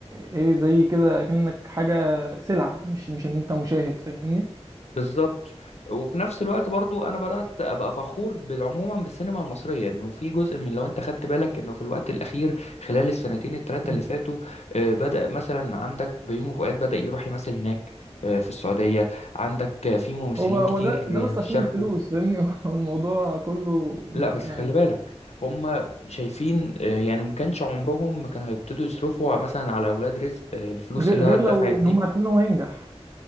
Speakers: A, on the right; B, on the left.
A: ايه زي كده اكنك حاجه سلعه مش مش ان انت مشاهد فاهمني
B: بالظبط وفي نفس الوقت برضو انا بدات ابقى فخور بالعموما بالسينما المصريه انه في جزء من لو انت خدت بالك انه في الوقت الاخير خلال السنتين الثلاثه اللي
A: مم.
B: فاتوا آه، بدا مثلا عندك بيومي فؤاد بدا يروح يمثل هناك آه، في السعوديه عندك آه، في ممثلين
A: هو هو
B: كتير
A: ده ده بس
B: آه،
A: عشان
B: شاركوا
A: الفلوس فاهمني <laughs> هو الموضوع كله
B: لا بس
A: يعني
B: خلي بالك هم شايفين آه، يعني ما كانش عمرهم ما كانوا هيبتدوا يصرفوا مثلا على اولاد رزق آه، الفلوس
A: غير
B: اللي
A: غير
B: هو اتدفعت
A: لو
B: دي
A: ان هم عارفين ان هو هينجح